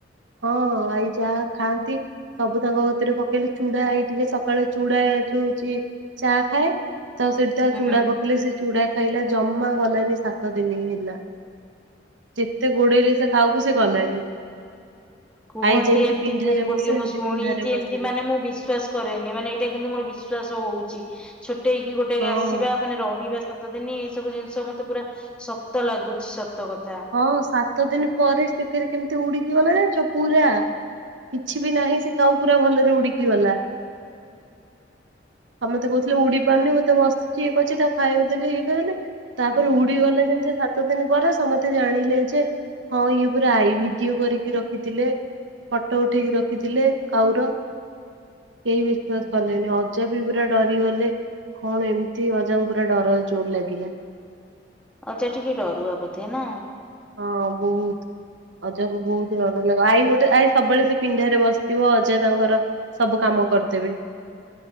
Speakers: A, on the right (about 75°); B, in the centre.
A: ହଁ ଆଇ ଯାହା ଖାଆନ୍ତି ସବୁ ତାଙ୍କ କତିରେ ପକେଇଲେ ଚୁଡା ହେଇଥି ସକାଳେ ଚୁଡା ଦଉଛି ଚା ଖାଏ ତ ସେଇଠି ତା
B: ହୁଁ
A: ଚୁଡା ପକେଇଲେ ସେ ଚୁଡା ଖାଇଲା ଜମା ଗଲାନି ସାତ ଦିନି ହେଲା ଯେତେ ଗୋଡେଇଲେ ସେ କାଉକୁ ସେ ଗଲାନି।
B: କୁହନ୍ତି
A: ଆଈ ଯେମିତି
B: ଏମିତି
A: ପିଣ୍ଢାରେ
B: ହୁଏ
A: ବସେ
B: ବୋଲି
A: ସେମିତି
B: ମୁଁ ଶୁଣିଛି
A: ପିଣ୍ଢାରେ ବସିଲା
B: ଏମିତି ମାନେ ମୁଁ ବିଶ୍ଵାସ କରେନି ମାନେ ଏଇଟା କିନ୍ତୁ ମୋର ବିଶ୍ୱାସ ହଉଛି ଛୋଟେଇକି ଗୋଟେ
A: ହଁ।
B: ଆସିବା ମାନେ ରହିବା। ସାତ ଦିନ ଏଇ ସବୁ ଜିନିଷ ମତେ ପୁରା ସତ ଲାଗୁଛି ସତ କଥା।
A: ହଁ ସାତ ଦିନ ପରେ ସେ ଫେରେ କେମିତି ଉଡିକି ଗଲା ଜାଣିଛ ପୁରା କିଛି ବି ନାହିଁ ସେ କାଉ ପୁରା ଭଲରେ ଉଡିକି ଗଲା। ଆଉ ମତେ କହୁଥିଲେ ଉଡି ପାରୁନି ମୁଁ ତ ବସିଛି ଇଏ କରୁଛି ତାକୁ ଖାଇବାକୁ ଦେଲେ ହେଲେ ତାପରେ
B: ହୁଁ
A: ଉଡି ଗଲେ ଯେମିତି ସାତ ଦିନ ପରେ ସମ ତେ ଜାଣିଲେ ଯେ ହଁ ଇଏ ପୁରା ଆଇ ଭିଡିଓ କରିକି ରଖିଥିଲେ। ଫଟୋ ଉଠେଇକି ରଖିଥିଲେ କାଉର। କେହି ବିଶ୍ଵାସ
B: ହୁଁ
A: କଲେନି ଅଜା ବି ପୁରା ଡରିଗଲେ। କଣ ଏମିତି ଅଜାଙ୍କୁ ପୁରା ଡରରେ ଜୋର ଲାଗିଲା।
B: ଅଜା ଟିକେ ଡରୁଆ ବୋଧେ ନା?
A: ହଁ ବହୁତ। ଅଜା କୁ ବହୁତ ଡର ଲାଗ ଆଈ ଗୋଟେ ଆଇ ସବୁବେଳେ ସେ ପିଣ୍ଡାରେ ବସିଥିବ ଅଜା ତାଙ୍କର ସବୁ କାମ କରିଦେବେ